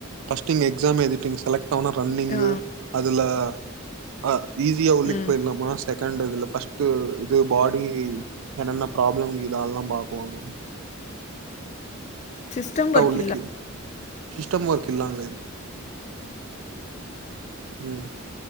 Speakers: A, on the right (about 80°); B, on the left (about 35°).
A: பஸ்ட்டு இங்க எக்ஸாம் எழுதிட்டீங் செலக்ட் ஆனா ரன்னிங்கு
B: ஆ.
A: அதுல அ ஈஸியா உள்ளெக்
B: ம்.
A: போயிர்லாமா செகண்ட் இதுல ஃபர்ஸ்ட்டு இது பாடி என்னென்ன ப்ராப்ளம் இதால்லா பாக்குவாங்க
B: சிஸ்டம் வொர்க்
A: உள்ளக்கே சிஸ்டம் வொர்க் இல்லாங்க ம்